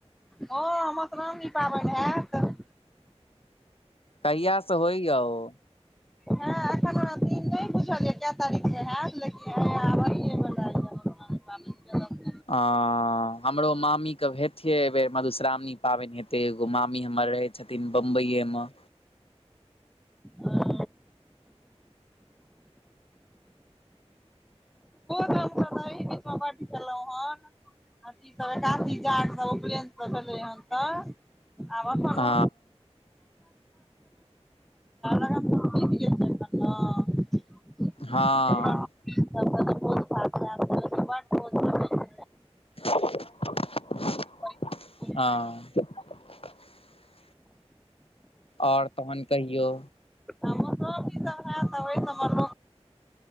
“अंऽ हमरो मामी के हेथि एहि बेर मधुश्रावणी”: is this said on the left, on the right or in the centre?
Left